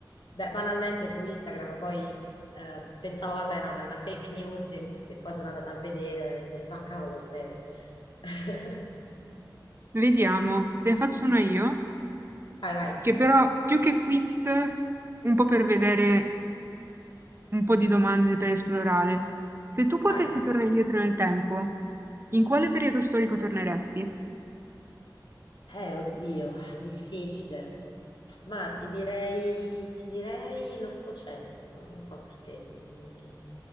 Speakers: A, on the left (about 80°); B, on the right (about 30°).
A: Beh, banalmente su Instagram, poi eh, pensavo, vabbè, no, ma è una fake news e, e poi sono andata a vedere e ho detto, ah, cavolo, è vero. <laughs>
B: Vediamo, ne faccio una io,
A: Vai, vai,
B: che però più che quiz, un po' per vedere un po' di domande per esplorare. Se tu potessi
A: vai.
B: tornare indietro nel tempo, in quale periodo storico torneresti?
A: Eh, oddio, difficile. Ma ti direi, ti direi l'Ottocento, non so perché mi, mi,